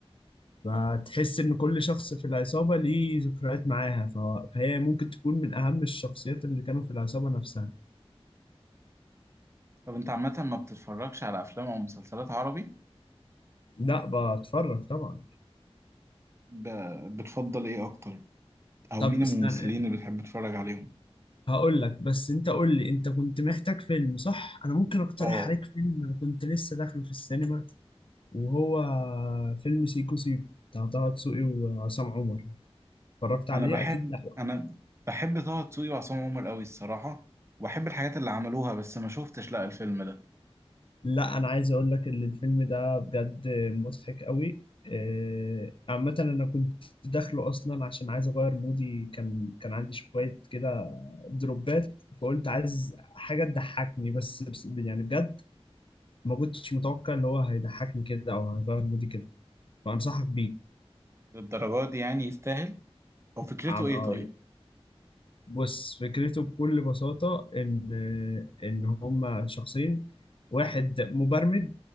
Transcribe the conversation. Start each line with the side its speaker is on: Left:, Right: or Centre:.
Left: فتحس إن كل شخص في العصابة ليه ذكريات معاها ف- فهي ممكن تكون من أهم الشخصيات اللي كانوا في العصابة نفسها
Right: طب انت عامة ما بتتفرجش على افلام او مسلسلات عربي
Left: لا بتفرج طبعا
Right: ب... بتفضل ايه اكتر او
Left: طب
Right: مين
Left: استنى
Right: الممثلين اللي بتحب تتفرج عليهم
Left: هقول لك بس انت قول لي انت كنت محتاج فيلم صح؟ انا ممكن اقترح
Right: اه
Left: عليك فيلم انا كنت لسه داخله في السينما وهو فيلم سيكو سيكو بتاع طه دسوقي وعصام عمر اتفرجت عليه
Right: انا بحب
Left: اكيد لا
Right: انا بحب طه دسوقي وعصام عمر قوي الصراحة واحب الحاجات اللي عملوها بس ما شفتش لا الفيلم ده
Left: لا انا عايز اقول لك ان الفيلم ده بجد مضحك قوي آه، عامة أنا كنت داخله أصلا عشان عايز أغير مودي كان كان عندي شوية كده دروبات فقلت عايز حاجة تضحكني بس بس- يعني بجد ما كنتش متوقع إن هو هيضحكني كده أو هيغير مودي كده فأنصحك
Right: للدرجة دي يعني يستاهل او فكرته
Left: بيه
Right: ايه طيب
Left: بص فكرته بكل بساطة إن إن هما شخصين واحد مبرمج